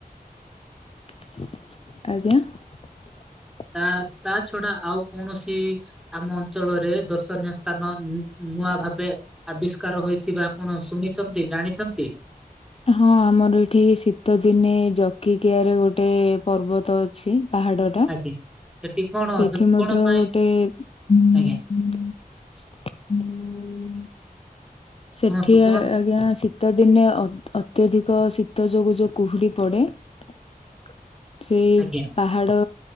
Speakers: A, on the left; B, in the centre.
A: <unintelligible> ଆଜ୍ଞା। <unintelligible>
B: ତା ତା ଛଡା ଆଉ କୌଣସି। ଆମ ଅଞ୍ଚଳରେ ଦର୍ଶନୀୟ ସ୍ଥାନ ନୂ ନୂଆ ଭାବେ। ଆବିଷ୍କାର ହୋଇଥିବା ଆପଣ ଶୁଣିଚନ୍ତି, ଜାଣିଚନ୍ତି।
A: ହଁ ଆମର ଏଠି ଶୀତଦିନେ ଜକିକିଆ ରେ ଗୋଟେ ପର୍ବତ ଅଛି ପାହାଡ। ଟା
B: ଆଜ୍ଞା। ସେଠି କଣ
A: ସେଠି ମଧ୍ୟ
B: କଣ ପାଇଁ
A: ଗୋଟେ। ହୁଁ
B: ଆଜ୍ଞା
A: ସେଠି
B: କୁହନ୍ତୁ କୁହନ୍ତୁ
A: ଆଜ୍ଞା ଶୀ। ଶୀତ ଦିନେ ଅ ଅତ୍ୟଧିକ ଶୀତ ଯୋଗୁ ଯୋଉ କୁହୁଡି ପଡେ। ଖି
B: ଆଜ୍ଞା।
A: ପା। ପାହାଡ଼,